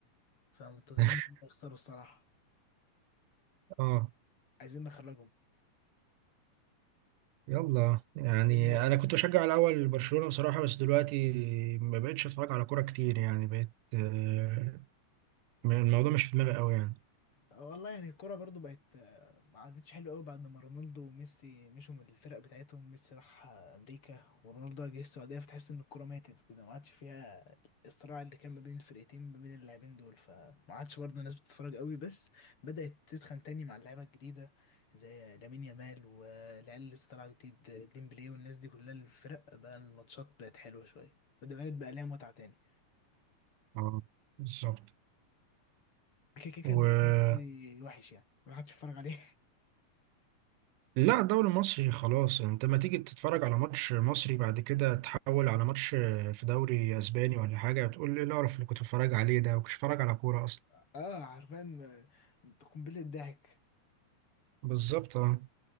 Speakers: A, on the left (about 45°); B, on the right (about 90°).
A: فمنتظرين
B: <laughs>
A: إن هم يخسروا الصراحة
B: اه
A: عايزين نخرجهم
B: يلا يعني
A: لان
B: انا كنت بشجع الاول برشلونة بصراحة بس دلوقتي ما بقتش اتفرج على كورة كتير يعني بقيت آه، الموضوع مش في دماغي قوي يعني
A: آه، والله يعني الكرة برضو بقت آه، ما عادتش حلوة قوي بعد ما رونالدو وميسي مشوا من الفرق بتاعتهم ميسي راح آه، أمريكا ورونالدو جه السعودية فتحس إن الكرة ماتت كده ما عادش فيها الصراع اللي كان ما بين الفرقتين ما بين اللاعبين دول فما عادش برضه الناس بتتفرج قوي بس بدأت تسخن تاني مع اللعيبة الجديدة زي لامين يامال والعيال اللي لسه طالعة جديد ديمبلي والناس دي كلها الفرق بقى الماتشات بقت حلوة شوية وده بقى لها متعة تاني
B: اه بالظبط
A: كده كده
B: و
A: الدوري المصري وحش يعني ما حدش يتفرج عليه
B: لا الدوري المصري خلاص انت ما تيجي تتفرج على ماتش مصري بعد كده تحول على ماتش في دوري اسباني ولا حاجه بتقول ايه القرف اللي كنت بتفرج عليه ده وكنتش بتفرج على كوره اصلا
A: اه عارفان قنبله ضحك
B: بالظبط اه